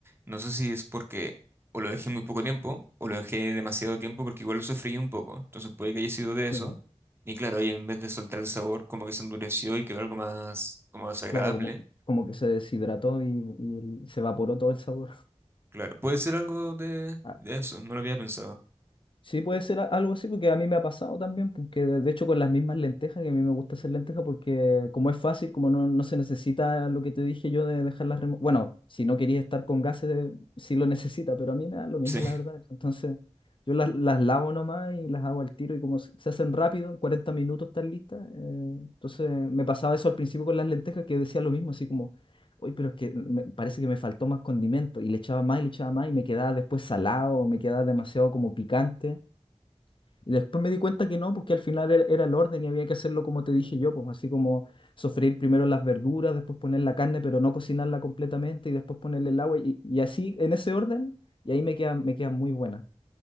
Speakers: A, on the right; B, on the left.
A: no sé si es porque o lo dejé muy poco tiempo o lo dejé demasiado tiempo porque igual lo sofreí un poco. Entonces puede que haya sido de eso.
B: sí, pues,
A: Y claro, ahí en vez de soltar el sabor, como que se endureció y quedó algo más como desagradable.
B: claro, como, como que se deshidrató y, y el- se evaporó todo el sabor.
A: Claro, puede ser algo de,
B: <laughs>
A: de eso, no lo había pensado.
B: Sí, puede ser a- algo así, porque a mí me ha pasado también, porque de de hecho con las mismas lentejas, que a mí me gusta hacer lentejas, porque como es fácil, como no, no se necesita lo que te dije yo de dejarlas remojar. Bueno, si no querías estar con gases, eh, sí lo <laughs> necesita, pero a mí me da lo mismo,
A: Sí.
B: la verdad. Entonces, yo las, las lavo nomás y las hago al tiro, y como se se hacen rápido, en 40 minutos están listas. eh, entonces, me pasaba eso al principio con las lentejas, que decía lo mismo, así como, uy, pero es que me- parece que me faltó más condimento, y le echaba más y le echaba más, y me quedaba después salado, o me quedaba demasiado como picante. Y después me di cuenta que no, porque al final era, era el orden y había que hacerlo como te dije yo, pues así como sofreír primero las verduras, después poner la carne, pero no cocinarla completamente y después ponerle el agua y, y así en ese orden y ahí me queda, me queda muy buena.